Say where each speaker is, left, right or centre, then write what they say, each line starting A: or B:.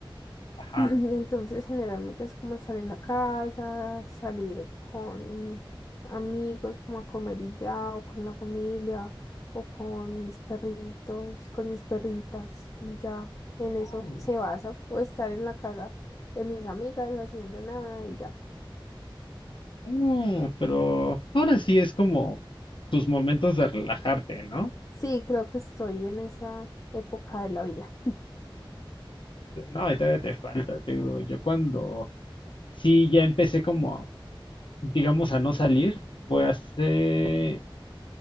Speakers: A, on the left; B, on the left.
A: Ajá.
B: <clears throat> Entonces, generalmente es como salir a la casa, salir con amigos, como a comer y ya, o con la familia, o con mis perritos, con mis perritas, y ya. En
A: Oh,
B: eso se basa, o estar en la casa de mis amigas haciendo nada y ya.
A: ah, pero ahora sí es como tus momentos de relajarte, ¿no?
B: Sí, creo que estoy en esa época de la vida.
A: No, y todavía te falta, te digo, yo cuando sí ya empecé como, digamos, a no salir, fue hace